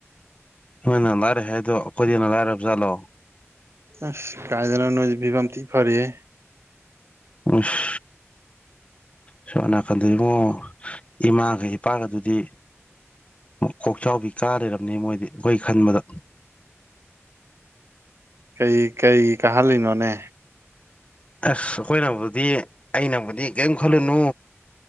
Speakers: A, on the left; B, on the right.
A: ꯅꯣꯏꯅ ꯂꯥꯏꯔꯦ ꯍꯥꯏꯗꯣ ꯑꯩꯈꯣꯏꯗꯩ ꯍꯦꯟꯅ ꯂꯥꯏꯔꯕ ꯆꯥꯠꯂꯣ
B: ꯑꯁ ꯀꯥꯏꯗꯅꯣ ꯅꯣꯏꯗꯤ ꯐꯤꯕꯝꯠ ꯇꯤ ꯐꯔꯤꯍꯦ
A: ꯑꯣꯏꯁ ꯁꯣꯝ ꯅꯥꯀꯟꯗ ꯏꯕꯨꯉꯣ ꯏꯃꯥꯒ ꯏꯄꯥꯒꯗꯨꯗꯤ ꯀꯣꯛꯆꯥꯎꯕꯤ ꯀꯥ ꯂꯩꯔꯝꯅꯤ ꯃꯣꯏꯗꯤ ꯑꯩꯈꯣꯏ ꯈꯟꯕꯗ
B: ꯀꯩ ꯀꯩ ꯀꯍꯜꯂꯤꯅꯣꯅꯦ
A: ꯑꯁ ꯑꯈꯣꯏꯅꯕꯨꯗꯤ ꯑꯩꯅꯕꯨꯗꯤ ꯀꯩꯝ ꯈꯜꯂꯨꯅꯨ